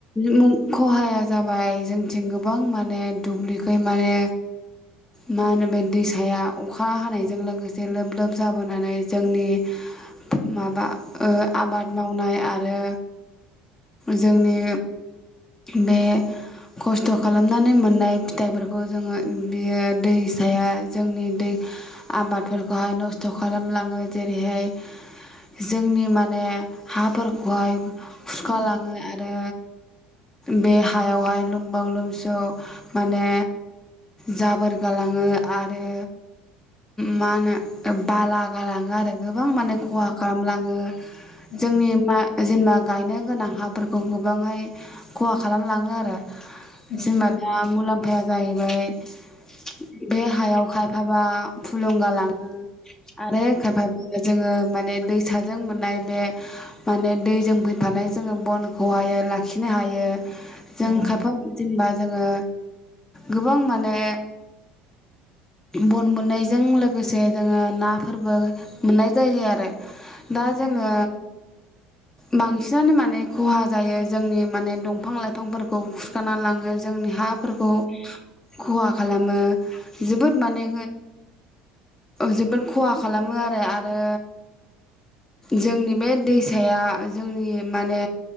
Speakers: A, on the left (about 15°); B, on the left (about 55°).
A: मुं-खहाया जाबाय जोंनिथिं गोबां माने दुब्लिखै माने मा होनो बे दैसाया अखा हानायजों लोगोसे लोब लोब जाबोनानै जोंनि माबा ओ आबाद मावनाय आरो जोंनि बे खस्थ' खालामनानै मोननाय फिथाइफोरखौ जोङो बियो दैसाया जोंनि दै आबादफोरखौ खहा खालामलाङो जेरैहाय जोंनि माने हाफोरखौहाय खुरखालाङो
B: उम
A: आरो बे हायावहाय लोमबाव लोमसौ माने जाबोर गालाङो आरो मा होनो बाला गालाङो आरो गोबां माने खहा खालामलाङो
B: औ
A: जोंनि मा जेनेबा गायनो गोनां हाफोरखौ गोबांहाय खहा खालामलाङो आरो।
B: उम
A: जेनेबा दा मुलाम्फाया जायो ओमफ्राय बे हायाव खायफाबा फुलुं गालाङो। आरो खायफा जोङो माने दैसाजों मोननाय बे माने दैजों फैफानाय जोङो बनखौहाय लाखिनो हायो। जों
B: औ
A: खाफाव जेनेबा जोङो गोबां माने बन मोननायजों लोगोसे जोङो नाफोरबो मोननाय जायो आरो दा जोङो
B: उम
A: बांसिनानो माने खहा जायो जोंनि माने दंफां लाइफांफोरखौ खुरखाना लाङो जोंनि हाफोरखौ खहा खालामो जोबोद माने जोबोद खहा खालामो आरो आरो जोंनि बे दैसाया जोंनि माने